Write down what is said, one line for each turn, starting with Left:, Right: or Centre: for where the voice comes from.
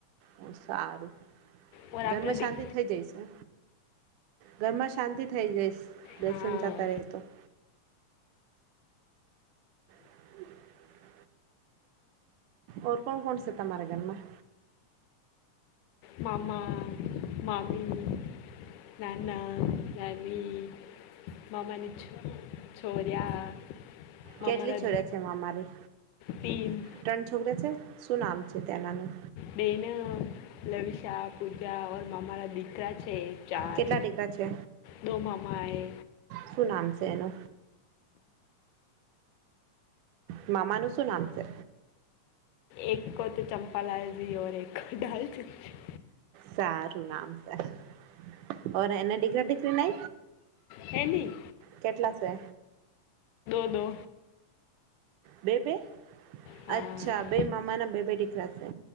Right: છે સારું
Left: ઓર
Right: ધરમ
Left: આપડે દી
Right: શાંતિ થઇ જાય છે ઘરમાં શાંતિ થઈ લેસન
Left: હા
Right: જતા રહેતો <inaudible> <unintelligible> ઓર કોણ કોણ સ તામાંરા ઘરમાં
Left: મામા મામી નાના નાની મમની છો છોર્યા મામાના
Right: કેટલી છોરે છે એ અમારી
Left: તીન
Right: ત્રણ છોરી શું નામ છે તેનાનું
Left: બેન લવિશા પૂજા મમા રદી અકરા છે ચાર
Right: કેટલા દીકરા છે
Left: દો મામાએ
Right: શું નામ છે એનો મમાનું શું નામ છે
Left: એકકો તો ચંપા લાલ જી ર એક દાલ ચંદ જી
Right: સારું નામ સરર ઔર એના ડિગરાિગ્રી નહિ
Left: હેની
Right: કેટલા છે
Left: દો
Right: બે બે
Left: હા
Right: અચ્છા બે મામા ના બે બે દીખરાશે